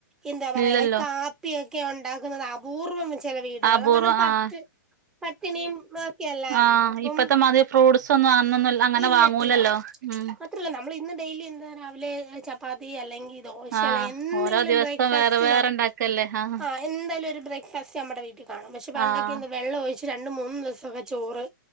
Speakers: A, in the centre; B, on the right.
A: എന്താപറയാ
B: ഇല്ലല്ലോ
A: കാ പ്പിയൊക്കെ ഒണ്ടാക്കുന്നത് അപൂർവം ചെല വീടുകള്
B: അപൂർവം
A: കാരണം പട്ട്
B: ആഹ്
A: പട്ടിണിയും മൊക്കെയല്ലായിരുന്നോ
B: ആഹ്
A: അപ്പം
B: ഇപ്പത്തെ മാതിരി ഫ്രൂട്ട്സ് ഒന്നും അന്നൊന്നും അങ്ങനെ
A: ഇല്ലല്ലോ
B: വാങ്ങൂലല്ലോ ഉം
A: മാത്രല്ലാ നമ്മൾ ഇന്ന് ഡെയ്ലി എന്ത് രാവിലെ ചപ്പ് ചപ്പാത്തി അല്ലെങ്കി ദോശ
B: ആഹ്
A: അല്ലെ എന്തെങ്കിലും
B: ഓരോ ദിവസവും
A: ബ്രേക്ക്ഫാസ്റ്റ്
B: വേറെ വേറെ
A: നാം
B: ഇണ്ടാക്കല്ലേ ആഹ്
A: ആ എന്തേലും ഒരു ബ്രേക്ക്ഫാസ്റ്റ് നമ്മടെ വീട്ടികാണും പക്ഷേ പണ്ടൊക്കെ
B: ആഹ്
A: അന്ന് വെള്ളമൊഴിച്ച് രണ്ടുംമൂന്നും ദിവസം ചോറ്